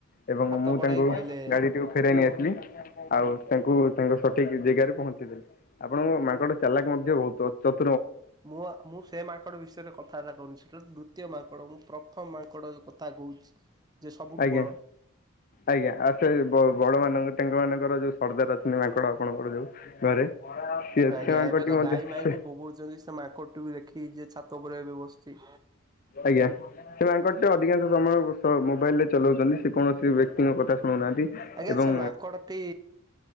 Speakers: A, on the left; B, on the right.
A: ଏବଂ
B: ହାତ
A: ମୁଁ
B: ବଢେଇ
A: ତାଙ୍କୁ
B: କହିଲେ
A: ଗାଡିଟିକୁ ଫେରାଇ ନେଇ ଆସି <unintelligible> ଆଉ ତାଙ୍କୁ ତାଙ୍କ ସଠିକ ଜେଗାରେ ପହଞ୍ଚେଇଦେଲି ଆପଣଙ୍କ ମାଙ୍କଡ ଚାଲାକ ମଧ୍ୟ ବହୁତ ଚତୁ
B: ମୁଁ ମୁଁ ସେ ମାଙ୍କଡ ବିଷୟରେ କଥାବାର୍ତା କରୁନି। ଦ୍ଵିତୀୟ ମାଙ୍କଡ଼ ମୁଁ ପ୍ରଥମ ମାଙ୍କଡ଼ କଥା କହୁଛି। ଯେ ସବୁଠୁ
A: ଆଜ୍ଞା
B: ବଡ।
A: ଆଜ୍ଞା ଆଉ ସେ ବଡ଼ ମାନଙ୍କ ତାଙ୍କ ମାନଙ୍କର ଯୋଉଁ ସର୍ଦ୍ଦାର ଅଛନ୍ତି ମାଙ୍କଡ଼ ଆପଣଙ୍କର ଯୋଉଁ ଘରେ। ସେ
B: ଆଜ୍ଞା
A: ସେ ମାଙ୍କଡଟି
B: ଏବେ ତ
A: ମଧ୍ୟ
B: ଗାଈ ମାଇ
A: ସେ
B: ବି ବୋବଉଛନ୍ତି ସେ ମାଙ୍କଡ଼ଟିକୁ ଦେଖି ଯେ ଛାତ ଉପରେ ଏବେ ବସିଚି।
A: ଆଜ୍ଞା। ସେ ମାଙ୍କଡଟି ଅଧିକାଂଶ ସମୟ ମୋବାଇଲ ରେ ଚଲାଉଚନ୍ତି ସେ କୌଣସି ବ୍ୟକ୍ତିଙ୍କ କଥା ଶୁଣୁନାହାନ୍ତି।
B: ଆଜ୍ଞା
A: ଏବଂ
B: ସେ ମାଙ୍କଡଟି